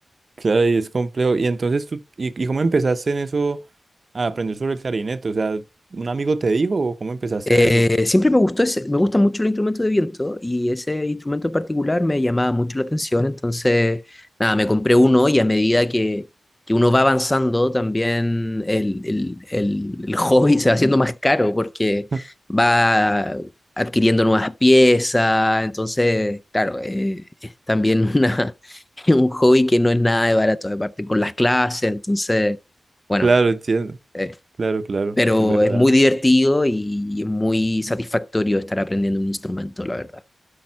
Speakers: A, on the right; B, on the left.
A: Claro, y es complejo. Y entonces tú, ¿y, y cómo empezaste en eso a aprender sobre el clarinete? O sea, ¿un amigo te dijo o cómo empezaste
B: Eh,
A: en eso?
B: siempre me gustó ese, me gusta mucho el instrumento de viento y ese instrumento en particular me llamaba mucho la atención, entonces, nada, me compré uno y a medida que, que uno va avanzando, también el, el, el, el <laughs> hobby se va haciendo más caro porque
A: <laughs>
B: va adquiriendo nuevas piezas, entonces, claro, eh, es también una, <laughs> un hobby que no es nada de barato, aparte con las clases, entonces, bueno.
A: Claro, entiendo.
B: eh,
A: Claro, claro,
B: pero
A: es verdad.
B: es muy divertido y es muy satisfactorio estar aprendiendo un instrumento, la verdad.